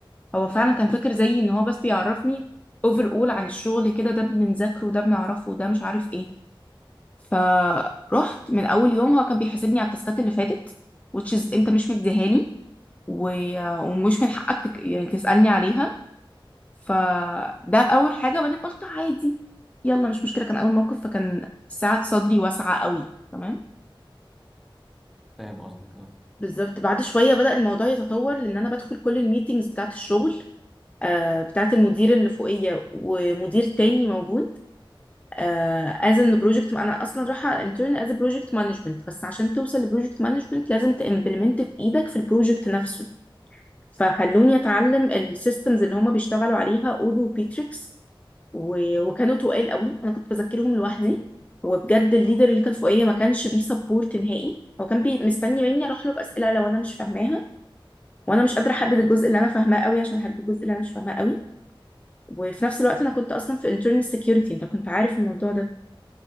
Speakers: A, on the left; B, in the centre.
A: هو فعلا كان فاكر زيي ان هو بس بيعرفني اوفر اول عن الشغل كده ده بنذاكره ده بنعرفه ده مش عارف ايه فرحت من اول يوم هو كان بيحاسبني على التاسكات اللي فاتت which is انت مش مديها لي و... ومش من حقك تك... يعني تسألني عليها فده اول حاجة بعدين قلت عادي يلا مش مشكلة كان اول موقف فكان ساعة صدري واسعة قوي تمام
B: فاهم قصدك اه
A: بالظبط بعد شويه بدأ الموضوع يتطور لان انا بدخل كل الميتينجز بتاعه الشغل آه بتاعه المدير اللي فوقيه ومدير تاني موجود آه از ان بروجكت انا اصلا رايحه على انترن از بروجكت مانجمنت بس عشان توصل لبروجكت مانجمنت لازم تمبلمنت في ايدك في البروجكت نفسه فخلوني اتعلم السيستمز اللي هم بيشتغلوا عليها اودو وبيتريكس و- وكانوا تقال قوي انا كنت بذاكرهم لوحدي وبجد الليدر اللي كان فوقيه ما كانش بيسبورت نهائي هو كان بي مستني مني اروح له باسئله لو انا مش فاهماها وانا مش قادره احدد الجزء اللي انا فاهماه قوي عشان احدد الجزء اللي انا مش فاهماه قوي وفي نفس الوقت انا كنت اصلا في internal security انت كنت عارف الموضوع ده